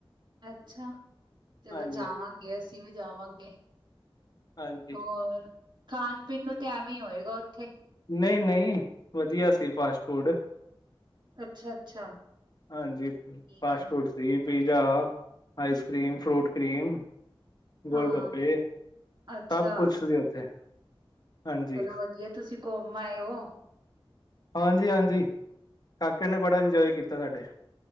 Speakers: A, on the right (about 50°); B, on the left (about 45°).
A: ਅੱਛਾ, ਚਲੋ
B: ਹਾਂਜੀ
A: ਜਾਵਾਂਗੇ ਅਸੀਂ ਵੀ ਜਾਵਾਂਗੇ।
B: ਹਾਂਜੀ
A: ਹੋਰ, ਖਾਣ-ਪੀਣ ਨੂੰ ਤੇ ਐਵੇਂ ਹੀ ਹੋਏਗਾ ਉੱਥੇ।
B: ਨਹੀਂ ਨਹੀਂ, ਵਧੀਆ ਸੀ ਫਾਸਟ ਫੂਡ।
A: ਅੱਛਾ ਅੱਛਾ
B: ਹਾਂਜੀ,
A: ਠੀਕ
B: Fast
A: ਹੈ।
B: food. ਸੀ pizza, ice cream, fruit cream ਗੋਲ-ਗੱਪੇ
A: ਹਾਂ। ਅੱਛਾ
B: ਸਭ ਕੁਛ ਸੀ ਉੱਥੇ। ਹਾਂਜੀ
A: ਚਲੋ ਵਧੀਆ, ਤੁਸੀਂ ਕੂਮ ਆਏ ਓ।
B: ਹਾਂਜੀ-ਹਾਂਜੀ। ਕਾਕੇ ਨੇ ਬੜਾ ਇੰਜੋਇ ਕੀਤਾ ਸਾਡੇ।